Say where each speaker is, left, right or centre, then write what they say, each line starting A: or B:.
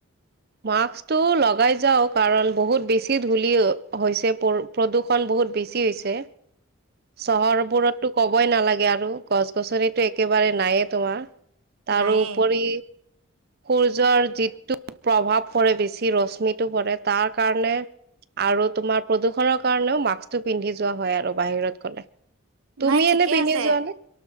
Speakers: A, on the right (about 45°); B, on the right (about 85°).
A: মাস্কটো লগাই যাও কাৰণ বহুত বেছি ধূলি হৈছে প্ৰদূ্ষণ বহুত বেছি হৈছে চহৰবোৰত টো ক'ব ক'বই নালাগে আৰু গছ গছনিতো একেবাৰে নায়ে তোমাৰ তাৰ
B: নাইয়ে
A: উপৰি সূৰ্যৰ যিটো প্ৰভাৱ পৰে বেছি ৰশ্মিতটো পৰে তাৰ কাৰণে আৰু তোমাৰ প্ৰদূষণৰ কাৰণেও মাস্কটো পিন্ধি যোৱা হয় আৰু বাহিৰত গলে তুমি
B: নাই ঠিকে
A: এনে পিন্ধি
B: আছে
A: যোৱা নে